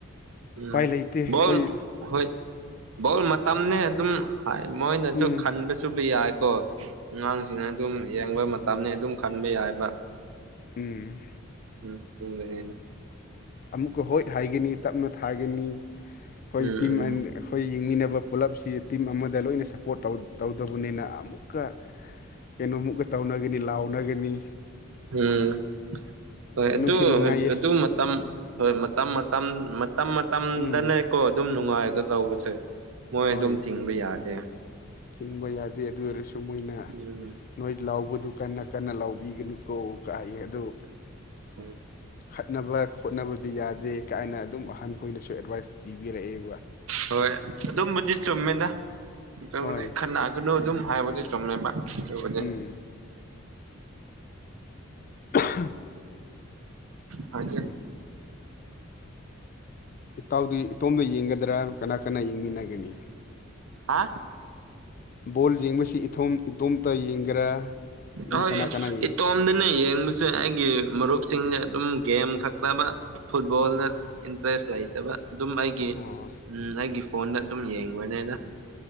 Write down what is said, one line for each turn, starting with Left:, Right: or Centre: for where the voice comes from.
Left: ꯎꯄꯥꯏ
Right: ꯎꯝ
Left: ꯂꯩꯇꯦ ꯑꯩꯈꯣꯏ
Right: ꯕꯣꯜ ꯍꯣꯏ ꯕꯣꯜ ꯃꯇꯝꯅꯦ ꯑꯗꯨꯝ ꯍꯥꯏ ꯃꯣꯏꯅꯁꯨ
Left: ꯎꯝ
Right: ꯈꯟꯕꯁꯨꯕ ꯌꯥꯏ꯫ ꯀꯣ ꯑꯉꯥꯡꯁꯤꯡꯅ ꯑꯗꯨꯝ ꯌꯦꯡꯕ ꯃꯇꯝꯅꯤ ꯑꯗꯨꯝ ꯈꯟꯕ ꯌꯥꯏꯕ꯫
Left: ꯎꯝ꯫
Right: <unintelligible> <inaudible>
Left: ꯑꯃꯨꯛꯀ ꯍꯣꯏꯠ ꯍꯥꯏꯒꯅꯤ ꯇꯞꯅ ꯊꯥꯒꯅꯤ꯫ ꯍꯣꯏ
Right: ꯎꯝ
Left: ꯇꯤꯝ
Right: ꯎꯝ
Left: ꯑꯝ ꯍꯣꯏ ꯌꯦꯡꯃꯤꯟꯅ ꯕ ꯄꯨꯂꯞꯁꯤ ꯇꯤꯝ ꯑꯃꯗ ꯂꯣꯏꯅ ꯁꯞꯄꯣꯔꯠ ꯇꯧ ꯇꯧꯗꯕꯅꯤꯅ ꯑꯃꯨꯛꯀ ꯀꯩꯅꯣꯃꯨꯛꯀ ꯇꯧꯅꯒꯅꯤ ꯂꯥꯎꯅꯒꯅꯤ꯫
Right: ꯎꯝ ꯍꯣꯏ ꯑꯗꯨ
Left: ꯅꯨꯡꯁꯨ ꯅꯨꯡꯉꯥꯏꯌꯦ
Right: ꯑꯗꯨ ꯃꯇꯝ ꯍꯣꯏ ꯃ ꯃꯇꯝ-ꯃꯇꯝ ꯃꯇꯝ ꯃꯇꯝꯗꯅꯦꯀꯣ
Left: ꯎꯝ
Right: ꯑꯗꯨꯝ ꯅꯨꯡꯉꯥꯏꯒ ꯇꯧꯕꯁꯦ꯫ ꯃꯣꯏ
Left: ꯍꯣꯏ
Right: ꯑꯗꯨꯝ ꯊꯤꯡꯕ ꯌꯥꯗꯦ
Left: ꯊꯤꯡꯕ ꯌꯥꯗꯦ ꯑꯗꯨ ꯑꯣꯏꯔꯁꯨ ꯃꯣꯏꯅ
Right: ꯎꯝ
Left: ꯅꯣꯏ ꯂꯥꯎꯕꯗꯨ ꯀꯟꯅ ꯀꯟꯅ ꯂꯥꯎꯕꯤꯒꯅꯨ ꯀꯣ ꯀꯑꯌꯦ ꯑꯗꯨ
Right: ꯎꯝ
Left: ꯈꯠꯅꯕ ꯈꯣꯠꯅꯕꯗꯤ ꯌꯥꯗꯦ ꯀꯥꯏꯅ ꯑꯗꯨꯝ ꯑꯍꯥꯟꯈꯣꯏꯅꯁꯨ ꯑꯦꯗꯚꯥꯏꯁ ꯄꯤꯕꯤꯔꯛꯑꯦ
Right: ꯍꯣꯏ ꯑꯗꯨꯝꯕꯗꯤ ꯆꯨꯝꯃꯦꯗ ꯆꯨꯝꯃꯤ
Left: ꯍꯣꯏ
Right: ꯈꯟꯅꯥꯒꯅꯨ ꯑꯗꯨꯝ ꯍꯥꯏꯥꯏꯕꯖꯦ ꯇꯣꯝꯅꯖꯦ
Left: ꯎꯝ ꯎ
Right: ꯍꯥꯏ
Left: ꯏꯇꯥꯎꯗꯤ ꯏꯇꯣꯝꯗ ꯌꯦꯡꯒꯗ꯭ꯔꯥ ꯀꯅꯥ ꯀꯅꯥ ꯌꯦꯡꯃꯤꯟꯅꯒꯅꯤ
Right: ꯍꯥ
Left: ꯕꯣꯜ ꯌꯦꯡꯕꯁꯤ ꯏꯊꯣꯝ ꯏꯇꯣꯝꯇ ꯌꯦꯡꯒꯦꯔꯥ ꯃꯤ
Right: ꯍꯣꯏ
Left: ꯀꯅꯥ ꯀꯅꯥ ꯌꯦꯡ
Right: ꯏꯇꯣꯝꯗꯅꯦ ꯌꯦꯡꯕꯁꯦ ꯑꯩꯒꯤ ꯃꯔꯨꯞꯁꯤꯡꯗ ꯑꯗꯨꯝ ꯒꯦꯝ ꯈꯛꯇꯕ ꯐꯨꯠꯕꯣꯜꯗ ꯏꯟꯇꯔꯦꯁ ꯂꯩꯇꯕ ꯑꯗꯨꯝ ꯑꯩꯒꯤ
Left: ꯑꯣ
Right: ꯎꯝ ꯑꯩꯒꯤ ꯐꯣꯟꯗ ꯑꯗꯨꯝ ꯌꯦꯡꯈꯣꯏꯅꯦ ꯑꯩꯅ